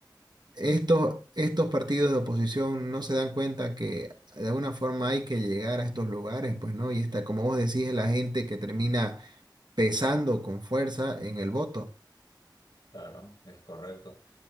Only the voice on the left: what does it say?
claro, es correcto.